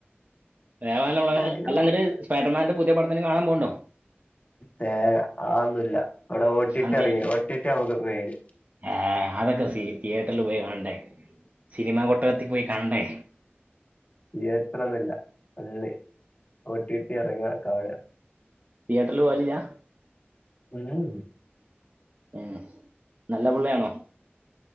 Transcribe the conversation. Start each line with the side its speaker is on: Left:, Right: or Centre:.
Right: വേറെ നല്ല പടങ്ങള്
Left: എന്നോട്
Right: അല്ലന്നിട്ട്
Left: കൊ-
Right: സ്പൈഡർമാന്റെ പുതിയ പടത്തിന് കാണാൻ പോണ്ടോ
Left: തേങ്ങ അതൊന്നുല്ല ഇവിടെ ഓ ടി
Right: ഗാന്ധി
Left: ടി ഇറങ്ങി ഓ ടി ടി നമ്മക്ക് മെയിൻ
Right: ഏ അതൊക്കെ സി തിയേറ്ററിൽ പോയി കാണണ്ടേ സിനിമാ കൊട്ടകത്തി പോയി കാണണ്ടേ
Left: തിയേറ്ററ് ഒന്നുല ഓ ടി ടി ഇറങ്ങിയ കാണാ
Right: തിയറ്ററിൽ പോകലില്ല
Left: ഉം
Right: ഏ നല്ല പുള്ളയാണോ